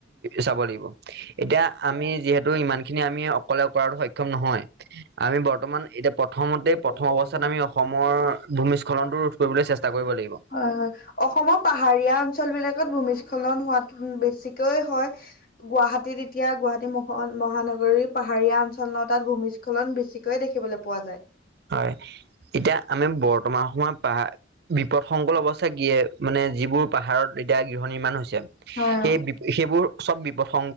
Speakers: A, on the right; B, on the left.
A: চাব লাগিব এতিয়া আমি যিহেতু ইমান খিনি আমি অকলে কৰাতো সক্ষম নহয় আমি বৰ্তমান এতিয়া প্ৰথমতে
B: হয়
A: প্ৰথম
B: হয় অসমৰ
A: অৱস্থাত আমি অসমৰ ভূমিস্খলনটো ৰোধ কৰিবলৈ চেষ্টা কৰিব লাগিব
B: পাহাৰীয়া অঞ্চল বিলাকত ভূমিস্খলন হোৱাত বেছি হয় গুৱাহাটীত এতিয়া গুৱাহাটী মহ মহানগৰীৰ পাহাৰীয়া অঞ্চল ন তাত ভূমিস্খলন বেছিকৈয় দেখিবলৈ পোৱা যায়
A: হয় এতিয়া আমি বৰ্তমান সময়ত পাহাৰ বিপদসংকুল অৱস্থা কিিয়ে মানে যিবোৰ পাহাৰত এতিয়া গৃহ নিৰ্মামান হৈছে
B: হয়
A: সেই সেইবোৰ চব বিপদ শ